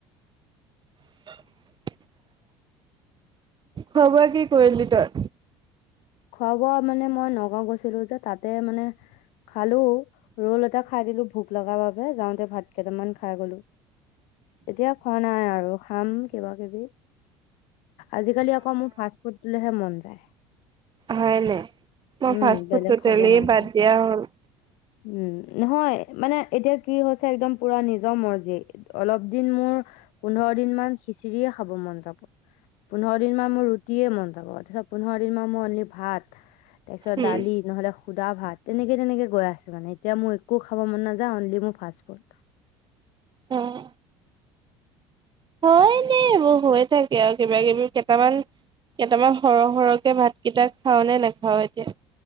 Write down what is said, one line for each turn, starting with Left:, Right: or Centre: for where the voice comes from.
Right: <inaudible> খোৱা বোৱা কি কৰিলি তই?
Left: খোৱা বোৱা মানে মই নগাও গৈছিলো যে তাতে মানে খালো ৰল এটা খাই দিলো ভোক লগা বাবে যাওঁতে ভাত কেইটামান খাই গলো। এতিয়া খোৱা নাই আৰু খাম। কিবা কিবি আজিকালি আকৌ মোৰ ফাষ্ট ফুড দিলেহে মন। ত <unintelligible>
Right: হয়নে মোৰ
Left: উম
Right: ফাষ্ট
Left: বেলেগ
Right: ফুডটো
Left: খাব
Right: তেলেই
Left: নোৱাৰোঁ
Right: বাদ দিয়া হ'ল।
Left: উম নহয় মানে এতিয়া কি হৈছে একদম পুৰা নিজৰ মৰ যে অলপ দিন মোৰ পোন্ধৰ দিন মান খিচিৰিয়ে খাব মন যাব পোন্ধৰ দিন মান মোৰ ৰুটিয়ে মন যাব। যাব তাৰপিছত পোন্ধৰদিন মান মূৰত ভাত
Right: উম
Left: দালি তাৰপিছত শুদা ভাত তেনেকৈ তেনেকৈ গৈ আছে মানে এতিয়া মোৰ একো খাব মন নাযায় অনলি মোৰ পাছফুড
Right: উম হয় নি এইবোৰ হৈ থাকে আৰু কিবা কিবি কেইটামান কেইটামান সৰহ সৰহকে ভাত কেইটা খাও নে নাখাও এতিয়া।